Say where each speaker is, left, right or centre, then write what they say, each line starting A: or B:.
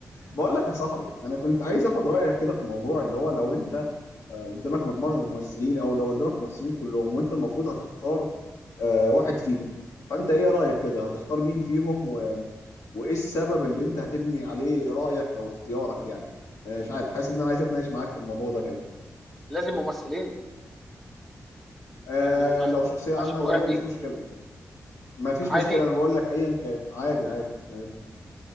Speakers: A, on the left; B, in the centre.
A: بقول لك يا صاحبي انا كنت عايز اخد رايك كده في موضوع اللي هو لو انت آه، قدامك مجموعه من الممثلين او لو قدامك ممثلين كلهم وانت المفروض هتختار آه، واحد فيهم فانت ايه رايك كده هتختار مين فيهم و... وايه السبب اللي انت هتبني عليه رايك او اختيارك يعني آه، مش عارف حاسس ان انا عايز اتناقش معاك في الموضوع ده كده
B: لازم ممثلين
A: آه،
B: يعني ما ينفعش
A: لو
B: ما
A: شخصيه عامه
B: ينفعش مغني
A: ما فيش مشكله ما فيش
B: عادي
A: مشكله انا بقول لك ايا كان عادي عادي, عادي.